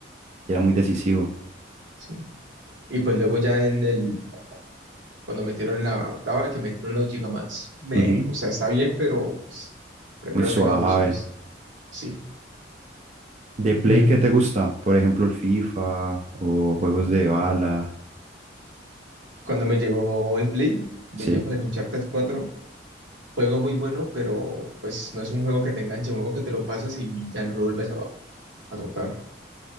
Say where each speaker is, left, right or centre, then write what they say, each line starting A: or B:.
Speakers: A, on the right; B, on the right.
A: y era muy decisivo,
B: sí. Y pues luego ya en el, cuando metieron en la octava, que metieron los Gigamax, me,
A: Ujú,
B: o sea, está bien, pero pues, prefiero
A: muy suave.
B: las mega evoluciones, sí.
A: ¿De Play
B: Mm,
A: qué te gusta? Por ejemplo, el FIFA o juegos de bala,
B: Cuando me llegó el Play, venía
A: ¿sí?
B: con el Uncharted 4 juego muy bueno, pero pues no es un juego que te enganche, un juego que te lo pasas y ya no lo vuelves a, a tocar.